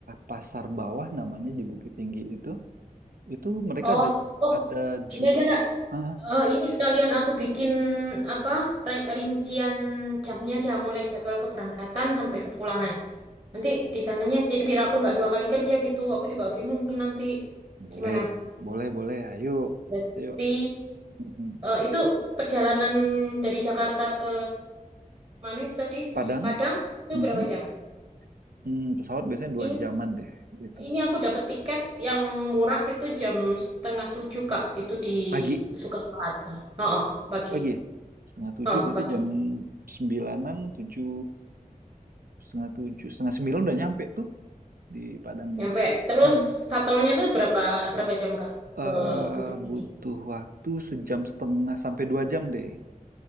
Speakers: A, on the right; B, on the right.
A: Pasar Bawah namanya di Bukit Tinggi itu, itu mereka
B: Oh,
A: ada
B: oh,
A: ada
B: gini
A: jual
B: aja, Kak.
A: ah,
B: Eh, ini sekalian aku bikin apa ri- rincian jamnya aja, mulai jadwal keberangkatan sampai kepulangan. Nanti di sananya, jadi biar aku nggak dua kali kerja gitu. Aku juga bingung nih nanti
A: boleh,
B: gimana.
A: boleh, boleh. Ayo,
B: Berarti
A: ayo. Mm-mm.
B: eh, itu perjalanan dari Jakarta ke Mana itu tadi
A: Padang,
B: Padang itu
A: Mhm.
B: berapa jam?
A: Hmm, pesawat biasanya dua
B: Ini
A: jaman deh itu.
B: ini aku dapat tiket yang murah itu jam setengah tujuh Kak. Itu di
A: Pagi.
B: Soekarno Hatta. Oh, oh, pagi.
A: Pagi ya? Setengah tujuh
B: Oh,
A: berarti
B: pagi.
A: jam sembilanan, tujuh, setengah tujuh, setengah sembilan udah nyampe tuh di Padangnya.
B: Nyampe. Terus
A: Hmm.
B: satelnya tuh berapa berapa jam Kak ke
A: Eh,
B: Bukit Tinggi
A: butuh waktu sejam setengah sampai dua jam deh.